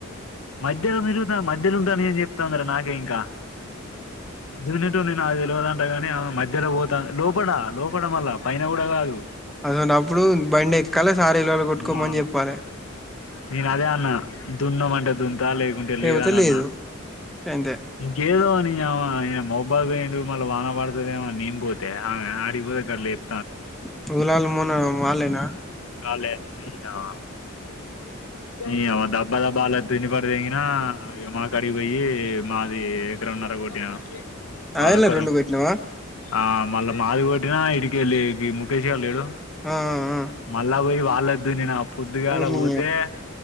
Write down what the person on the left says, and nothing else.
మధ్యలో మేరుగుతా మధ్యలో ఉంటానే చెప్తంది రా నాకే ఇంకా జూనిటు నిన్న తెలివదంట గాని మధ్యలో పోతా లోపడా లోపడ మల్ల పైన కూడా కాదు
మా
నేను అదే అన్న దున్నమంటే దుం త లేకుంటే
లేదా అని
అన్నా
ఇంకేదో అని <unintelligible> మొబ్బాయిపోయి ఎందుకు మళ్ళా వాన పడుతదేమో అని నేనుపోతే ఆమె ఆడకిపోతే అక్కడ లేదు
కాల్లే తిరిగినావ నీ యవ్వ డబ్బా డబ్బాలే తిని పాడి దెంగిన మా కాడికి పోయి మాది <unintelligible> మర కొట్టిన
అరకొరం
ఆ మళ్ళ మాది కొట్టినా ఇడికెలే ఈ ముకేష్ గాడు లేడు
మళ్ళా పోయి వాల్లే దున్నిన పొద్దుగాలా
పోతే